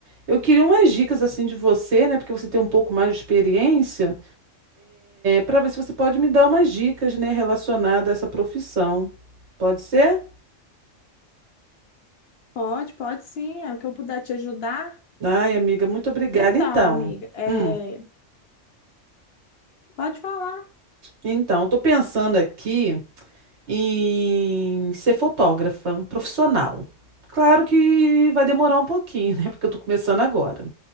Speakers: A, on the right (about 60°); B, on the left (about 60°).
A: Eu queria umas dicas assim de você, né, porque você tem um pouco mais de experiência. para ver se você pode me dar umas dicas, né, relacionadas a essa profissão. Pode ser?
B: Pode, pode sim. É o que eu puder te ajudar.
A: Ai, amiga, muito obrigada.
B: Então,
A: Então,
B: amiga, é...
A: hum,
B: pode falar.
A: então, estou pensando aqui em ser fotógrafa profissional. Claro que vai demorar um pouquinho, né? Porque eu estou começando agora.